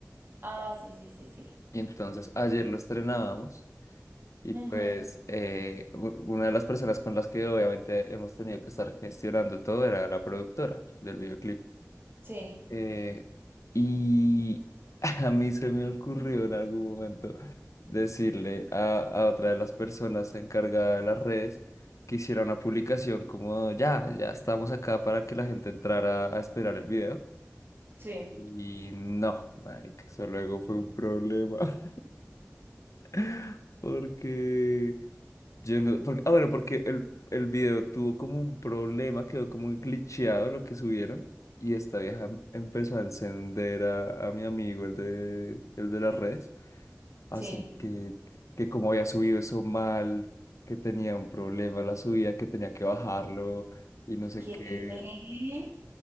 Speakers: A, on the right; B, on the left.
A: Ah, sí, sí, sí, sí.
B: Y entonces ayer lo estrenábamos y
A: Ujú,
B: pues eh, u- una de las personas con las que obviamente hemos tenido que estar gestionando todo era la productora del videoclip.
A: Sí,
B: Eh, y <laughs> a mí se me ocurrió en algún momento decirle a, a otra de las personas encargada de las redes que hiciera una publicación como ya, ya estamos acá para que la gente entrara a esperar el video.
A: sí,
B: Y no, marica, eso luego fue un problema <laughs> porque yo no- porque- ah, bueno, porque el, el video tuvo como un problema, quedó como glitcheado lo que subieron. Y esta vieja empezó a encender a, a mi amigo, el de, el de las redes. Así
A: sí.
B: que, que como había subido eso mal, que tenía un problema la subida, que tenía que bajarlo y no sé
A: ¿Qué?
B: qué.
A: ¿Qué?